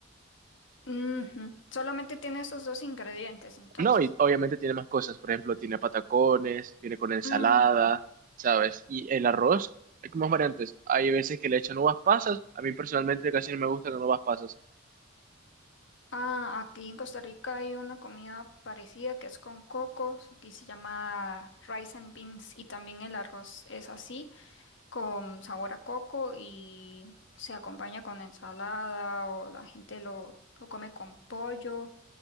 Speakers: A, on the left; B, on the right.
A: Ujú. Solamente tiene esos dos ingredientes, entonces.
B: No, y obviamente tiene más cosas, por ejemplo, tiene patacones, viene con ensalada,
A: Ujú.
B: ¿sabes? Y el arroz, hay como más variantes. Hay veces que le echan uvas pasas, a mí personalmente casi no me gustan las uvas pasas.
A: Ah, aquí en Costa Rica hay una comida parecida que es con coco y se llama rice and beans y también el arroz es así, con sabor a coco y se acompaña con ensalada o la gente lo, lo come con pollo,